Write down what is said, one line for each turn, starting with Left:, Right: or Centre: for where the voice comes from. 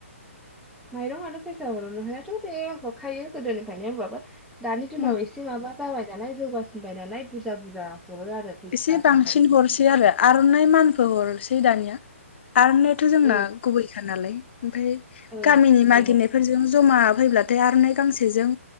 Centre: माइरं आरो फैसा हर हानायाथ' बे हरखायो गोदोनिफ्रायनो होनबाबो दानि दिनाव
Left: औ
Centre: एसे माबा जाबाय नालाय जौगासिनबाय नालाय। बुरजा बुरजा हरो आरो फैसा
Left: एसे बांसिन
Centre: थाखाफोरखौ
Left: हरसै आरो आर'नाइ मान फहलसै दानिया। आर'नायाथ' जोंना
Centre: औ
Left: गुबैखा नालाय। ओमफ्राय
Centre: औ
Left: गामिनि मागिरनायफोरजों
Centre: बर' औ
Left: जमा फैब्लाथाय आर'नाय गांसेजों